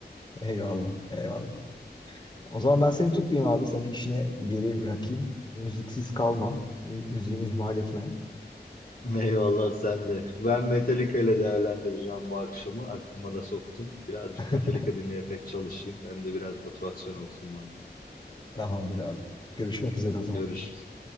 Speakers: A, on the left; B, on the left.
A: <laughs> Eyvallah, eyvallah. O zaman ben seni tutmayayım abi. Seni işine geri bırakayım. Müziksiz kalma. Mü- müziğini ihmal etme.
B: <laughs> Eyvallah sen de. Ben Metallica ile değerlendireceğim bu akşamı. Aklıma da soktum. Birazcık
A: <laughs>
B: Metallica dinleyerek çalışayım. Hem de biraz motivasyon olsun bana.
A: Tamamdır abi. Görüşmek üzere o zaman.
B: Görüşürüz.